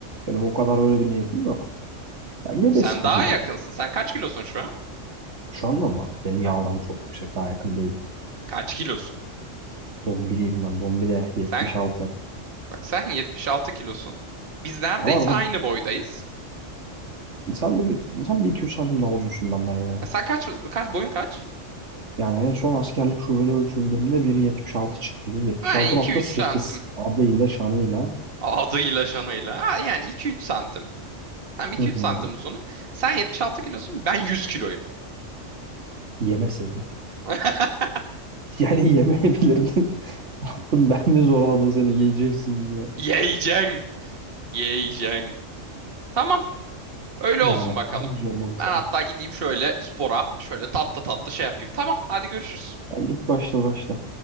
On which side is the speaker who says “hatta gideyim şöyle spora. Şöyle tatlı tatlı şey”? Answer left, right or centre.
Right